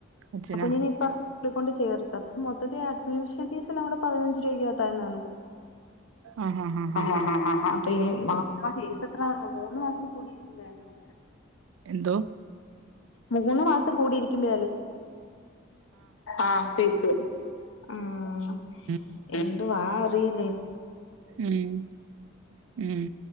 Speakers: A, on the right (about 80°); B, on the left (about 80°).
A: അച്ഛനാ
B: ആ കുഞ്ഞിനിപ്പ ടെ ക്കൊണ്ട് ചേർത്ത് അപ്പ മൊത്തത്തി അഡ്മിഷൻ ഫീസെല്ലാം കൂടെ പതിനഞ്ച് രൂവയ്ക്കാത്തായെന്നു പറഞ്ഞു ബുക്ക്
A: ആഹ് ആഹ് ആഹ്
B: ആ ഹാ
A: ആഹ്
B: ഹാ ഹാ ഹാ അപ്പൊ ഇനി മാസം മാസം ഫീസെത്ര വല്ലോ? മൂന്ന് മാസം കൂടിയിരിക്കുമ്പോഴല്ലേ കൊടുക്ക
A: എന്തോ?
B: മൂന്ന് മാസം കൂടിയിരിക്കുമ്പോേഴല്ലേ? ആഹ് ഫീസ് ആഹ്
A: ഉം
B: എന്തൊ വാ അറില്ലേയ്
A: ഉം ഉം